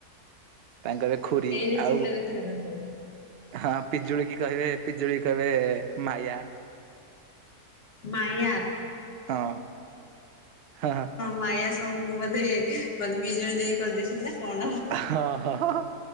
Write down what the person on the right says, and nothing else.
ତାଙ୍କରେ ଖୁରୀ
ଆଉ
ହଁ ପିଜୁଳି କି କହିବେ ପିଜୁଳି କହିବେ ମାୟା
ହଁ ହଁ
ହଁ ହ